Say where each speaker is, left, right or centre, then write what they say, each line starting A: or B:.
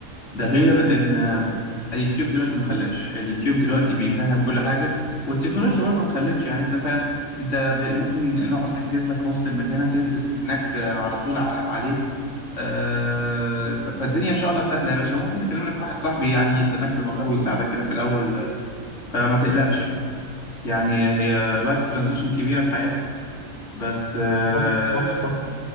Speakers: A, on the left (about 60°); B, on the left (about 80°).
A: ده غير ان آه، اليوتيوب دلوقتي ما خلاش اليوتيوب دلوقتي بيفهم كل حاجه والتكنولوجيا برضه ما خلتش يعني انت فاهم انت ب... ممكن نقعد نحجز لك هوستل من هنا تنزل من هناك آه، على طول ع... عليه آه، ف- فالدنيا ان شاء الله سهله يا باشا ممكن نكلم لك واحد صاحبي يعني يستناك في المطار ويساعدك كده في الاول آه، فما تقلقش يعني هي لايف ترانزيشن كبيره في حياتك بس آه،
B: صح صح صح